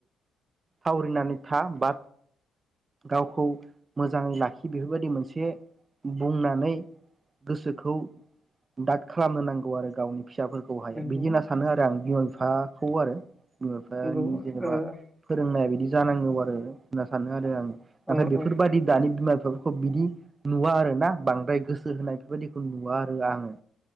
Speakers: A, on the right; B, in the centre.
A: थावरिनानै था बा गावखौ मोजांङै लाखि। बेफोरबायदि मोनसे बुंनानै गोसोखौ दाद खालामनो नांगौ आरो गावनि। फिसाफोरखौ हाया
B: नंगौ
A: बिदि होनना सानो आरो आं बिमा बिफाखौ आरो बिमा बिफानि
B: नंगौ
A: जेनेबा
B: ओ
A: फोरोंनाया बिदि जानांगौ आरो होनना सानो आरो आं नाथाइ
B: औ
A: बेफोरबायदि
B: औ
A: दानि बिमा बिफा बिदि नुवा आरो ना बांद्राय गोसो होनाय बेफोर बायदिखौ नुवा आरो आंङो‌।